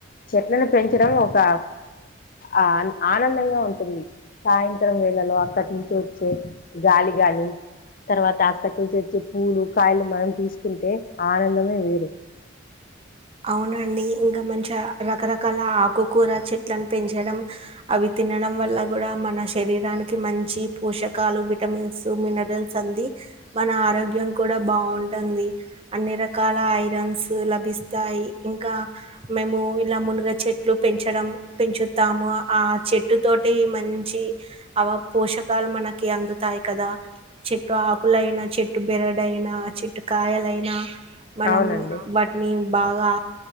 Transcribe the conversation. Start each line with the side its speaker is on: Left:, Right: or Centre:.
Left: చెట్లను పెంచడం ఒక ఆ ఆనందంగా ఉంటుంది సాయంత్రం వేళలో అక్కడి నుంచి వచ్చే గాలి గాని తర్వాత అక్కటి నుంచి వచ్చే పూలు కాయలు మనం తీసుకుంటే ఆనందమే వేరు
Right: అవునండి ఇంకా మంచి రకరకాల ఆకుకూర చెట్లను పెంచడం అవి తినడం వల్ల కూడా మన శరీరానికి మంచి పోషకాలు విటమిన్స్ మినరల్స్ అంది మన ఆరోగ్యం కూడా బాగుంటుంది అన్ని రకాల ఐరన్స్ లభిస్త ాయి ఇంకా మేము ఇలా మునుగ చెట్లు పెంచడం పెంచుతాము ఆ చెట్టు తోటి మంచి అ పోషకాలు మనకి అందుతాయి కదా చెట్టు ఆకులైనా చెట్టు బిరడయినా చెట్టు కాయలైనా మనం
Left: అవునండి
Right: వాటిని బాగా